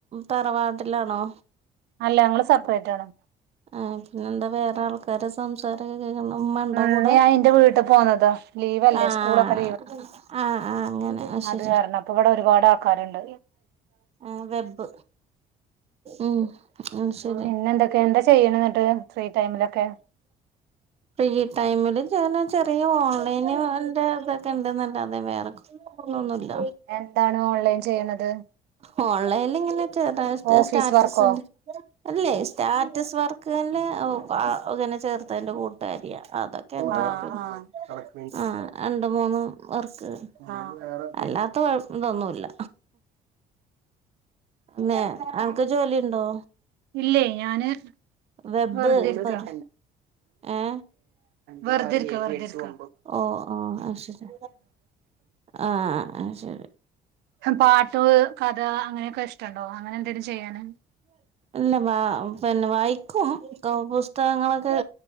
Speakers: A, on the right; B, on the right.
A: തറവാട്ടിലാണോ?
B: അല്ല ഞങ്ങള് സപ്പറേറ്റ് ആണ്.
A: ആ പിന്നെ എന്താ വേറെ ആൾക്കാരസ് സംസാരക്കെ കേക്കുന്നു ഉമ്മണ്ടോ
B: ഉം
A: കൂടെ
B: ഞാൻ എന്റെ വീട്ടിൽ പോന്നതാ ലീവല്ലേ
A: ആഹ്
B: സ്കൂളൊക്കെ
A: ആഹ് ആഹ് അങ്ങനെ ആഹ് ശെരി
B: ണ്ട് അർഞ്ഞു അപ്പ ഇവിടെ ഒരുപാട് ആൾക്കാര്ണ്ട്
A: ആഹ് വെബ് ഉം ഉം ശരി
B: പിന്നെ എന്തൊക്കെ എന്താ ചെയ്യണ എന്നിട്ട് ഫ്രീ ടൈമിലൊക്കെ
A: ഫ്രീ ടൈമില് ഞാന് ചെറിയ ഓൺലൈൻന്റെ തൊക്കെണ്ട്ന്നല്ലാതെ വേറെക്ക ഇപ്പൊന്നൊന്നുംല്ല
B: എന്താണ് ഓൺലൈൻ ചെയ്യുന്നത്
A: ഓൺലൈനിൽ ഇങ്ങനെ ചെറതായിട്ട്
B: ഓഫീസ്
A: സ്റ്റാറ്റസിന്റെ
B: വർക്കോ
A: അല്ലേ സ്റ്റാറ്റസ് വർക്ക്ല്ല ഒ അങ്ങനെ ചേർത്തതിന്റെ കൂ തരിയ അതൊക്കെണ്ട്
B: ആഹ്
A: പിൻ
B: ആഹ്
A: ആഹ് രണ്ട് മൂന്ന് വർക്ക്
B: അഹ് വേറെ
A: അല്ലാത്ത കൊയ് ഇതൊന്നുല്ല മേ അൻക്ക് ജോലിണ്ടോ?
B: ഇല്ലേ ഞാന്
A: വെബ്
B: വെറുതെ ഇരിക്ക
A: ഒരു ഏ
B: വെറുതെരിക്ക വെറുതെരിക്ക
A: ഓഹ് ഓഹ് അഹ് ശരി ആഹ് അഹ് ശരി
B: എഹ് പാട്ട് കഥ അങ്ങനെക്കെ ഇഷ്ടണ്ടോ അങ്ങനെ എന്തെലും ചെയ്യാന്
A: ഇല്ല വ പിന്നെ വായിക്കും പുസ്തകങ്ങളൊക്കെ